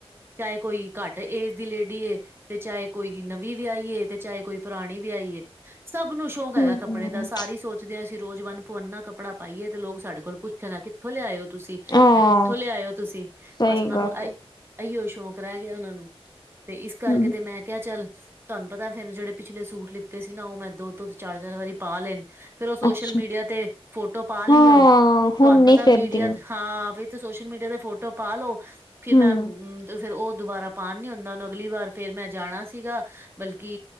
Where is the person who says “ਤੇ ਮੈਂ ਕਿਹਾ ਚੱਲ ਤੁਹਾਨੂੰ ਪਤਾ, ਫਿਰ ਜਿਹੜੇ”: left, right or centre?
Right